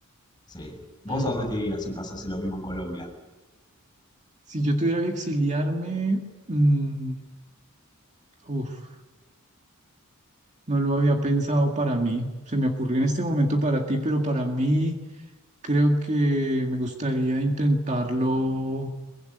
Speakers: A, on the left (about 20°); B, on the right (about 30°).
A: Sí. ¿Vos
B: Mm.
A: a dónde te irías si pasase lo mismo en Colombia?
B: Si yo tuviera que exiliarme, mm, uf, no lo había pensado para mí. Se me ocurrió en este momento para ti, pero para mí creo que me gustaría intentarlo